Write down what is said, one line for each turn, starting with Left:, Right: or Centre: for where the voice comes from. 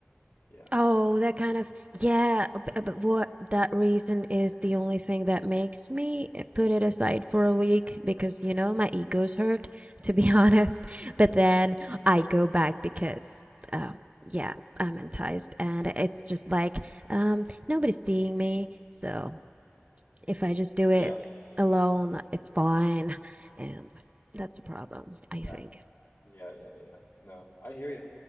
Left: yeah,
Right: Oh, that kind of, yeah, but, but what that reason is the only thing that makes me eh, put it aside for a week because, you know, my ego's hurt, to be <laughs> honest. But then I go back because, um, yeah, I'm enticed and it's just like, um, nobody's seeing me. So if I just do
Left: yeah,
Right: it alone, it's fine. And that's a problem,
Left: yeah.
Right: I think.
Left: Yeah, yeah, yeah. No, I hear you.